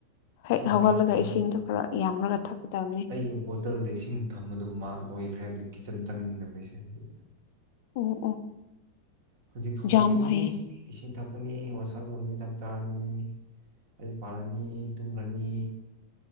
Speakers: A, on the left; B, on the right.
A: ꯍꯦꯛ
B: ꯏꯁꯤꯡ
A: ꯍꯧꯒꯠꯂꯒ
B: ꯊꯛꯈ꯭ꯔꯤ
A: ꯏꯁꯤꯡꯗꯣ ꯈꯔ ꯑꯃꯒ ꯊ ꯊꯣꯛꯗꯕ
B: ꯑꯩ ꯕꯣꯇꯜꯗ ꯏꯁꯤꯡ ꯊꯝꯕꯗꯣ ꯃꯥ ꯂꯣꯏꯈ꯭ꯔꯦ ꯑꯗꯨ ꯀꯤꯠꯆꯟ ꯆꯪꯅꯤꯡꯗꯕꯩꯁꯦ ꯑꯗꯨ
A: ꯑꯣ ꯑꯣ
B: ꯍꯧꯖꯤꯛ ꯍꯧꯒ
A: ꯌꯥꯝ
B: ꯀꯅꯤ
A: ꯐꯩꯌꯦ
B: ꯏꯁꯤꯡ ꯊꯛꯀꯅꯤ ꯋꯥꯁꯥꯞ ꯇꯧꯅꯤ ꯆꯥꯛꯇꯥꯥꯔꯅꯤ ꯑꯩ ꯄꯥꯔꯅꯤ ꯇꯨꯝꯈ꯭ꯔꯅꯤ